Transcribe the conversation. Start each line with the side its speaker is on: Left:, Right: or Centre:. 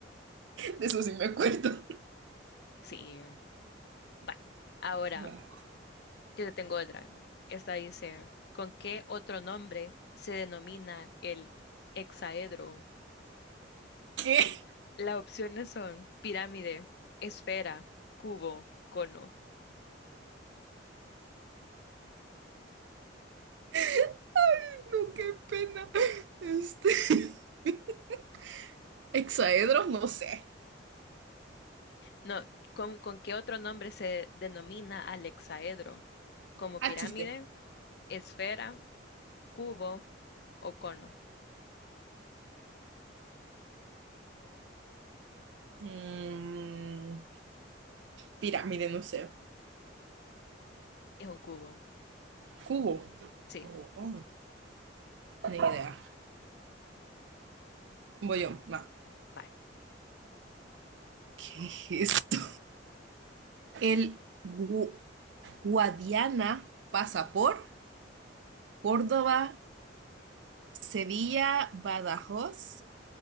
Right: de eso sí me acuerdo.
Left: Sí, vale. Ahora,
Right: Bueno.
Left: yo te tengo otra. Esta dice, ¿con qué otro nombre se denomina el hexaedro?
Right: ¿Qué?
Left: Las opciones son pirámide, esfera, cubo, cono.
Right: Ay, no, qué pena. Este. <laughs> Hexaedro, no sé.
Left: No, ¿con, con qué otro nombre se denomina al hexaedro? Como
Right: Ah,
Left: pirámide,
Right: chiste.
Left: esfera, cubo o cono.
Right: Mm, pirámide, no sé.
Left: Es un cubo.
Right: Cubo.
Left: Sí,
Right: Oh, oh, ni idea. Voy yo. Va.
Left: va.
Right: ¿Qué es esto? El Gu- Guadiana pasa por Córdoba, Sevilla, Badajoz